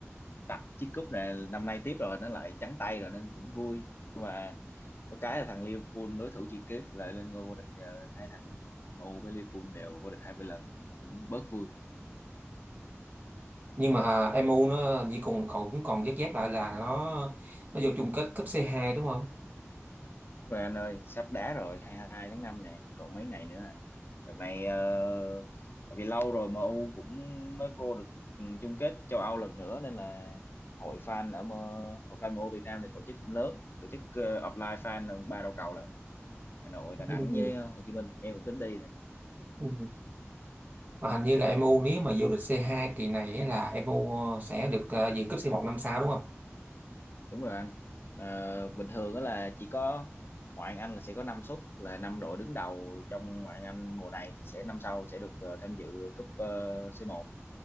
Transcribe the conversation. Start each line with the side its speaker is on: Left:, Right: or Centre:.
Left: tặc chiếc cúp này năm nay tiếp rồi nó lại trắng tay rồi nên cũng vui. Nhưng mà có cái là thằng Liverpool đối thủ truyền kiếp lại lên ngôi vô địch ờ, hai thằng MU với Liverpool đều vô địch hai mươi lần cũng bớt vui
Right: Nhưng mà à, em u nó như cùng cậu cũng còn vớt vát lại là nó nó vô chung kết cúp c hai đúng không?
Left: rồi anh ơi sắp đá rồi 22 tháng 5 nè còn mấy ngày nữa à đợt này ờ, tại vì lâu rồi em U cũng mới vô được ừ, chung kết châu Âu lần nữa nên là hội fan ở M- hội fan MU Việt Nam này tổ chức cũng lớn tổ chức ờ, offline fan ba đầu cầu lận Hà Nội Đà Nẵng
Right: Ừ.
Left: với Hồ Chí Minh em cũng tính đi nè
Right: Ừ. Mà hình như là em u nếu mà vô địch c hai kỳ này ấy là em u ờ, sẽ được à, dự cúp c một năm sau đúng không?
Left: đúng rồi anh Ờ, bình thường đó là chỉ có ngoại hạng Anh là sẽ có 5 suất là năm đội đứng đầu trong ngoại hạng Anh mùa này thì sẽ năm sau sẽ được ờ, tham dự cúp ờ, C1